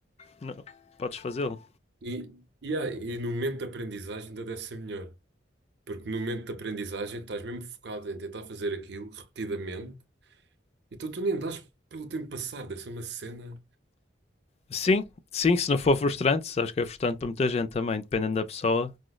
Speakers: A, on the left; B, on the right.
A: não, podes fazê-lo.
B: E, e, ah, e no momento de aprendizagem ainda deve ser melhor, porque no momento de aprendizagem estás mesmo focado em tentar fazer aquilo repetidamente, então tu nem dás pelo tempo passar, deve ser uma cena
A: Sim, sim, se não for frustrante, sabes que é frustrante para muita gente também, dependendo da pessoa.